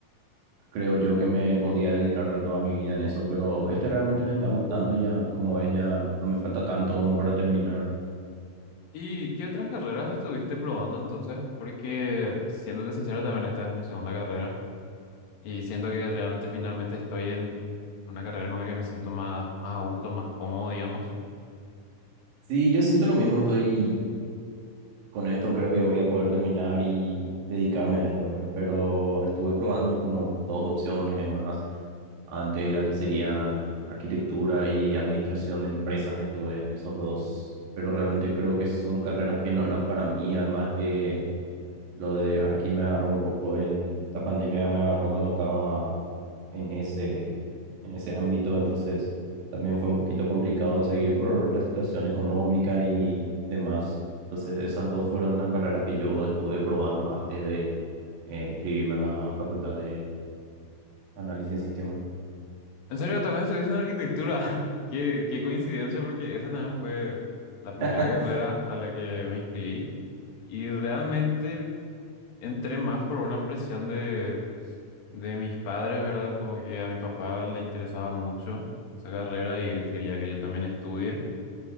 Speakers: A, on the right; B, on the left.
A: creo yo que me podía dedicar toda mi vida en eso, pero este realmente me está gustando ya, como ves, ya no me falta tanto como para terminar.
B: ¿Y qué otras carreras estuviste probando entonces? Porque, siéndote sincero, también esta es mi segunda carrera. Y siento que realmente finalmente estoy en una carrera con la que me siento más, más a gusto, más cómodo, digamos.
A: Sí, yo siento lo mismo, estoy con esto creo que voy a poder terminar y dedicarme a esto, ¿verdad? Pero estuve probando como dos opciones de más. Antes las que serían arquitectura y administración de empresas, estuve en esos dos. Pero realmente creo que son carreras que no eran para mí, además que lo de Arki me agarró un poco en la pandemia, me agarró cuando estaba en ese, en ese ámbito, entonces también fue un poquito complicado seguir por la situación económica y demás. Entonces esas dos fueron las carreras que yo estuve probando antes de eh, inscribirme a la Facultad de Análisis en Sistemas.
B: En serio, también estuviste en arquitectura. <laughs> Qué, qué coincidencia, porque esa también fue la primera
A: <laughs>
B: carrera a la que me inscribí. Y realmente entré más por una presión de, de mis padres, ¿verdad? Como que a mi papá le interesaba mucho esa carrera y él quería que yo también estudie.